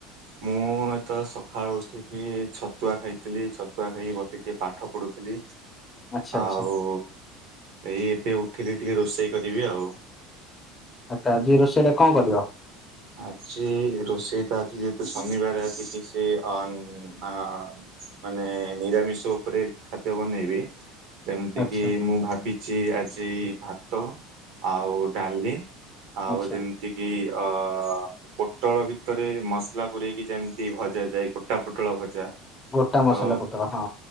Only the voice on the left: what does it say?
ଆଚ୍ଛା
ଆଚ୍ଛା
ଆଚ୍ଛା ଆଜି ରୋଷେଇରେ କଣ କରିବ?
ଆଚ୍ଛା
ଆଚ୍ଛା
ଗୋଟା
ମସଲା ପୋଟଳ ହଁ